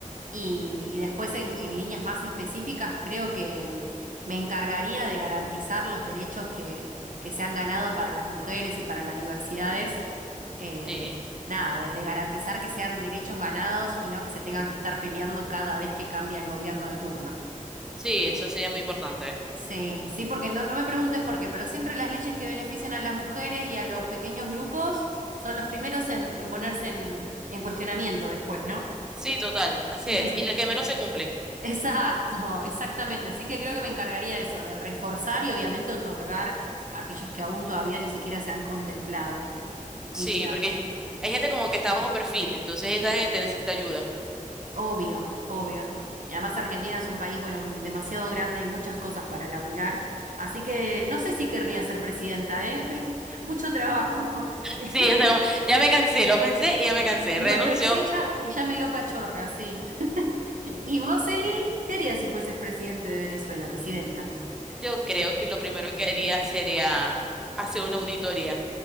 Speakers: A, on the right (about 70°); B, in the centre.
A: Y, y después en, en líneas más específicas, creo que mm, me encargaría de garantizar los derechos que, que se han ganado para las mujeres y para las diversidades. Eh,
B: Sí,
A: nada, de, de garantizar que sean derechos ganados y no que se tengan que estar peleando cada vez que cambia el gobierno de turno.
B: sí, eso sería muy importante.
A: Sí, sí, porque no, no me preguntes por qué, pero siempre las leyes que benefician a las mujeres y a los pequeños grupos son los primeros en, en ponerse en, en cuestionamiento después, ¿no?
B: Sí, total, así
A: <laughs>
B: es. Y la que menos se cumple.
A: Exacto, exactamente. Así que creo que me encargaría de eso, de reforzar y obviamente otorgar a aquellos que aún todavía ni siquiera se han contemplado.
B: Sí,
A: Iría,
B: porque hay gente como que está bajo perfil, entonces esa gente necesita ayuda.
A: obvio, obvio. Y además Argentina es un país, bueno, demasiado grande y muchas cosas para laburar. Así que no sé si querría ser presidenta, ¿eh? <laughs> Mucho trabajo. <laughs>
B: Sí, o sea, como, ya me cansé, lo pensé y ya me cansé,
A: Y
B: renuncio.
A: lo pensé y ya, y ya me dio pachorra, sí. <laughs> ¿Y vos, Eli, qué harías si fueses presidente de Venezuela, presidenta?
B: Yo creo que lo primero que haría sería hacer una auditoría.